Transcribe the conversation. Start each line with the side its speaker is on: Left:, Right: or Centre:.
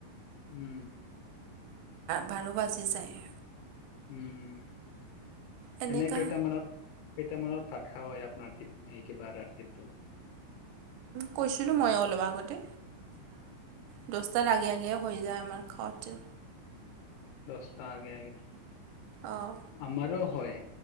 Left: উম।
Right: বাৰ বাজি যায়।
Left: উম,
Right: এনেকা
Left: এনে কেইটা মানত কেইটামানত ভাত খাৱা হয় আপোনাৰ কিবা ৰাতিটো?
Right: কৈছিলোঁ মই অলপ আগতে দচটা দ আগে আগে হৈ যায় আমাৰ খোৱাটো।
Left: দস্তা আগে আগে
Right: অঁ
Left: আমাৰো হয়।